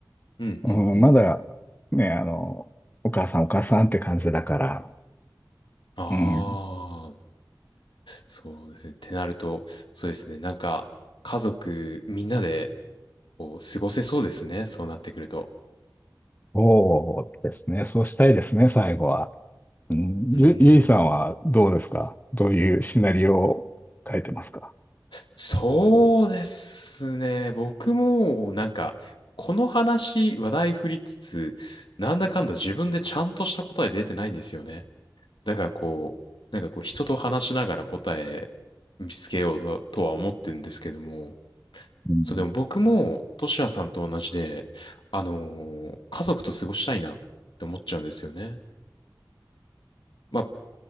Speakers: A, on the left; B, on the left.
A: うん、
B: うん、
A: うん、うん。
B: まだ、ね、あの、お母さんお母さんって感じだから、
A: ああ。
B: うん、
A: そうですね。ってなると、そうですね。なんか、家族みんなで、こう、過ごせそうですね。そうなってくると。
B: そうですね、そうしたいですね、最後は。うん、
A: うーん。
B: ゆ、ゆいさんはどうですかどういうシナリオを書いてますか
A: そうですね。僕も、なんか、この話、話題振りつつ、なんだかんだ自分でちゃんとした答え出てないんですよね。だからこう、なんかこう、人と話しながら答え見つけようと、とは思ってるんですけども、
B: うん
A: そう、でも僕も、トシヤさんと同じで、あのー家族と過ごしたいなって思っちゃうんですよね。まあ、